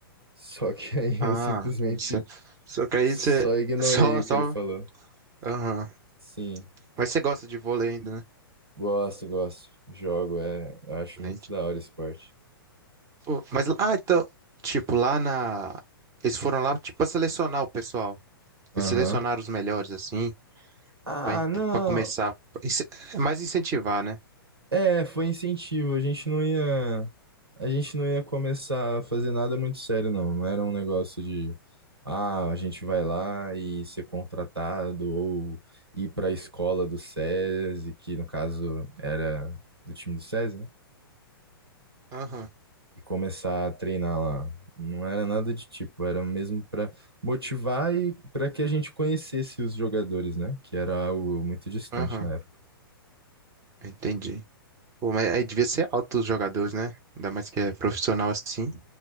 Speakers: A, on the right; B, on the right.
A: Só que <laughs> aí
B: Ah,
A: eu simplesmente
B: isso. é, Só que aí
A: só
B: você. <laughs>
A: ignorei
B: Só,
A: o
B: só.
A: que ele falou.
B: Aham.
A: Sim,
B: Mas você gosta de vôlei ainda, né?
A: gosto, gosto. Jogo, é, eu acho
B: Excelente.
A: muito da hora o esporte.
B: Pô, mas, ah, então. Tipo, lá na. Eles foram lá, tipo, pra selecionar o pessoal.
A: Aham.
B: Eles selecionaram os melhores, assim,
A: Ah,
B: pra, en-
A: não.
B: pra começar. Ince- É mais incentivar, né?
A: É, foi incentivo. A gente não ia, a gente não ia começar a fazer nada muito sério, não. Não era um negócio de, ah, a gente vai lá e ser contratado ou ir para a escola do SESI, que no caso era do time do SESI, né?
B: Aham,
A: E começar a treinar lá. Não era nada de tipo, era mesmo para motivar e para que a gente conhecesse os jogadores, né? Que era algo muito distante
B: aham,
A: na época.
B: entendi. Pô, mas aí devia ser alto os jogadores, né? Ainda mais que é profissional assim.